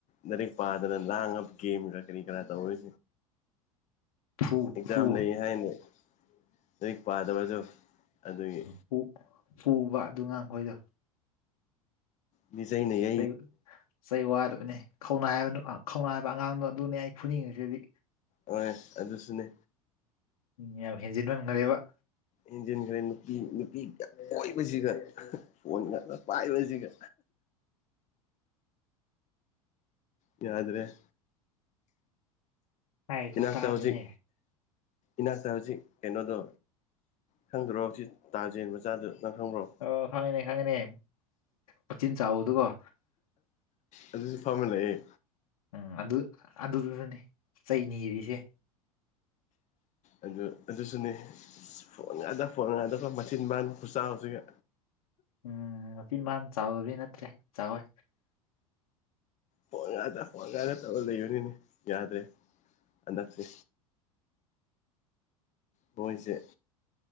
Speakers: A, on the left; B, on the left.
A: ꯂꯥꯏꯔꯤꯛ ꯄꯥꯗꯅ ꯂꯥꯡꯉꯕ ꯒꯦꯝꯒ ꯀꯔꯤ ꯀꯔꯥ ꯇꯧꯔꯤ
B: <inaudible>
A: ꯑꯦꯛꯖꯥꯝ
B: ꯐꯨ
A: ꯂꯩ ꯍꯥꯏꯅ ꯂꯥꯏꯔꯤꯛ ꯄꯥꯗ꯭ꯔꯖꯨ ꯑꯗꯨꯒꯤ
B: ꯑꯝ ꯐꯨꯕ ꯑꯗꯨ ꯉꯥꯡꯈꯣꯏꯗꯣ
A: ꯃꯤꯖꯩꯅꯩꯌꯦ
B: ꯑꯩ ꯆꯩ ꯋꯥꯠꯂꯕꯅꯦ ꯈꯧꯅꯥ ꯍꯥꯏꯕꯗꯨ ꯈꯧꯅꯥꯏ ꯍꯥꯏꯕ ꯑꯉꯥꯡꯗꯣ ꯑꯗꯨꯅꯦ ꯑꯩ ꯐꯨꯅꯤꯡꯉꯤꯁꯤꯗꯤ
A: ꯃꯥꯅꯦ ꯑꯗꯨꯁꯨꯅꯦ
B: ꯎꯝ ꯌꯥꯝ ꯍꯦꯟꯖꯤꯟꯃꯟꯒꯔꯦꯕ
A: ꯍꯦꯟꯖꯤꯟꯈꯔꯦ ꯅꯨꯄꯤ ꯅꯨꯄꯤꯒ ꯀꯣꯏꯕꯁꯤꯒ ꯐꯣꯟ ꯉꯥꯛ ꯄꯥꯏꯕꯁꯤꯒ ꯌꯥꯗ꯭ꯔꯦ
B: ꯍꯥꯏꯔꯤꯁꯨ
A: ꯏꯅꯥꯛꯇ
B: ꯇꯥꯗꯣꯏꯅꯦ
A: ꯍꯧꯖꯤꯛ ꯏꯅꯥꯛꯇ ꯍꯧꯖꯤꯛ ꯀꯩꯅꯣꯗꯣ ꯈꯪꯗ꯭ꯔꯣ ꯑꯁꯤ ꯇꯥꯖꯦꯟ ꯃꯆꯥꯗ ꯅꯪ ꯈꯪꯕ꯭ꯔꯣ
B: ꯑꯣ ꯍꯣꯢꯅꯦ ꯍꯣꯏꯅꯦ ꯃꯆꯤꯟ ꯆꯥꯎꯕꯗꯨꯕꯣ
A: ꯑꯗꯨꯖꯨ ꯐꯝꯃ ꯂꯩꯑꯦ
B: ꯎꯝ ꯑꯗꯨ ꯑꯗꯨꯗꯨꯗꯅꯤ ꯆꯩꯅꯤꯔꯤꯁꯦ
A: ꯑꯗꯨ ꯑꯗꯨꯁꯨꯅꯦ ꯐꯣꯟ ꯌꯥꯗ ꯐꯣꯟ ꯌꯥꯗꯕ ꯃꯆꯤꯟꯕꯥꯟ ꯈꯨꯆꯥꯎꯁꯤꯒ
B: ꯎꯝ ꯃꯆꯤꯟ ꯃꯥꯟ ꯆꯥꯎꯗꯤ ꯅꯠꯇ꯭ꯔꯦ ꯆꯥꯎꯋꯦ
A: ꯐꯣꯟ ꯌꯥꯗ ꯐꯣꯟ ꯌꯥꯗ ꯇꯧꯔ ꯂꯩꯕꯅꯤꯅꯦ ꯌꯥꯗ꯭ꯔꯦ ꯍꯟꯗꯛꯁꯦ ꯃꯣꯏꯁꯦ